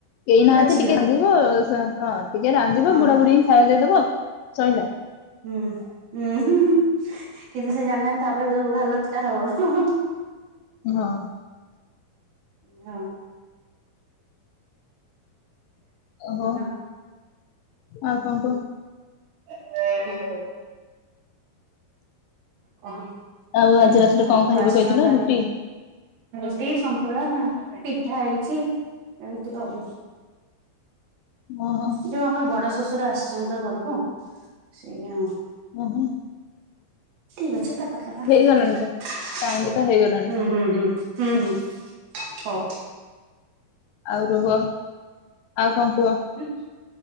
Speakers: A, on the left (about 80°); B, on the right (about 85°).
A: କେହି
B: ପୁରା
A: ନାହାନ୍ତି
B: ଝିଅ
A: ଟିକେ ରାନ୍ଧିବ ଏଇ ସେ ହଁ। ଟିକେ ରାନ୍ଧିବ,
B: ହଁ
A: ବୁଢା ବୁଢୀଙ୍କି ଖାଇବାକୁ ଦେଇଦବ ସଇଲା।
B: ହୁଁ, ହୁଁ କିନ୍ତୁ ସେ ଜାଣିନାହାନ୍ତି ତାପରେ ଯୋଉ ହାଲତ ଟା ହବ।
A: ହଁ।
B: ହଁ।
A: ଓହୋ
B: ନୋ
A: ଆଉ କଣ କୁହ?
B: <inaudible> କହ ଏଇ
A: ଆଉ ଆଜି
B: ଆମ
A: ରାତିରେ
B: ଘରକୁ
A: କଣ ଖାଇବ
B: ଆସିଛନ୍ତି
A: କହିଥିଲ
B: ତ
A: ରୁଟି
B: ଆଜି ରୁଟି, ସନ୍ତୁଳା, ପିଠା ହେଇଛି, ଏମିତି ଆଉ।
A: ଓହୋ
B: ଯୋଉ ଆମର ବଡ ଶଶୁର ଆସିଛନ୍ତି ଘରକୁ ସେଇଆ।
A: ଓହୋ
B: ଠିକ ଅଛି ତାପରେଦବା,
A: ହେଇଗଲାଣି
B: ହୁଁ,
A: ତ। ଟାଇମ ବି ତ ହେଇଗଲାଣି
B: ହୁଁ, ହୁଁ। ହୁଁ, ହୁଁ ହଉ।
A: ଆଉ କଣ କୁହ, ଆଉ କଣ କୁହ?
B: ଉଁ,